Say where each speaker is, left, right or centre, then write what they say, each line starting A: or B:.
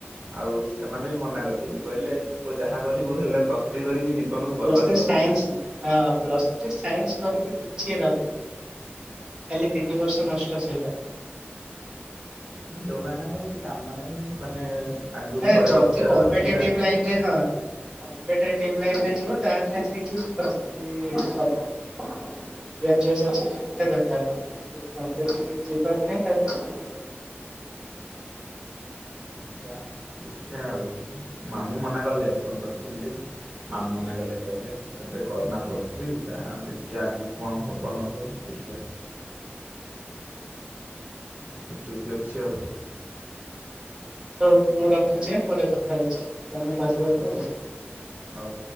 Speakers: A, on the right; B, on the right.
A: ଆଉ ସେମାନେ ବି ମନା କରିଛନ୍ତି କହିଲେ ତୁ ଯାହା କରିବୁ ହେଲେ ପ୍ଲ ଥ୍ରୀ କରିକି ଜୀବନକୁ
B: ପ୍ଲସ୍
A: ବର୍ବାଦ
B: ଥ୍ରୀ
A: କରନା।
B: ସାଇନ୍ସ ହଁ ପ୍ଲସ୍ ଥ୍ରି ସାଇନ୍ସ କରିକି କିଛି ଦବନି। ହେଲି ତିନି ବର୍ଷ ନଷ୍ଟ ସେଇଟା।
A: ଯୋଉମାନଙ୍କର କିଛି କାମ ନାହିଁ ମାନେ ଆଗରୁ
B: ହେ
A: ଘରେ
B: ଯଦି
A: ବସିବାର
B: କମ୍ପିେଟିଟିଭ
A: ଅଛି ଆଗକୁ
B: ଲାଇନରେ
A: ହୁଁ
B: ହଁ କମ୍ପିେଟିଟିଭ ଲାଇନ୍ରେ ଯିବ ତାହେଲେ ଯାଇକି ପ୍ରସ୍ ଥ୍ରି କରିପାରିବ। ଗ୍ରଜୁଏସନ୍ ସାଠିଫିକେଟ୍ ଟା ଦରକାର କମ୍ପିେଟିଟିଭ ରେ ଯିବାର ନାଇଁ ତାହେଲେ
A: ଯିବା ଦେଖିବା ଆଉ ମାମୁଁ ମନା କଲେ ଫୋନ କରିଥିଲି। ମାମୁଁ ମନା କଲେ କହିଲେ ଏବେ କରନା ପ୍ଲସ୍ ଥ୍ରୀ ଯାହା ହବ ଦେଖିବା ଆଗକୁ କଣ ହବ ନହବ ଦେଖିବା। ଏତ ଚୁପି କି ଅଛି ଆଉ।
B: ହଉ ମୁଁ ରଖୁଛି ଆଁ ପରେ କଥା ହଉଛି ତମେ କରିବ
A: ହଁ
B: ତୁ ଆଉ।
A: ହଉ।